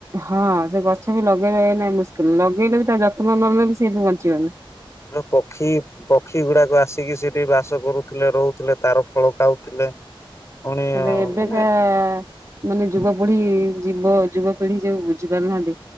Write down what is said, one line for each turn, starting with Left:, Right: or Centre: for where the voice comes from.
Right: ହଁ ସେ ଗଛ ବି ଲଗେଇବା ଏ ନାଇଁ ମୁସ୍କିଲ ଲଗେଇଲେ ବି ତା ଯତ୍ନ ନଲେ ବି ସେ ବି ବ ଞ୍ଚିବନି।
Left: ର ପକ୍ଷୀ ପକ୍ଷୀ ଗୁଡାକ ଆସିକି ସେଠି ବାସ କରୁଥିଲେ ରହୁଥିଲେ ତାର ଫଳ ଖାଉଥିଲେ। <unintelligible>
Right: ହେଲେ ଏବେକା
Left: ମାନେ
Right: ମାନେ ଯୁବପିଢି ଯୁବ ଯୁବପିଢି ଯୋଉ ବୁଝି ପାରୁନାହାନ୍ତି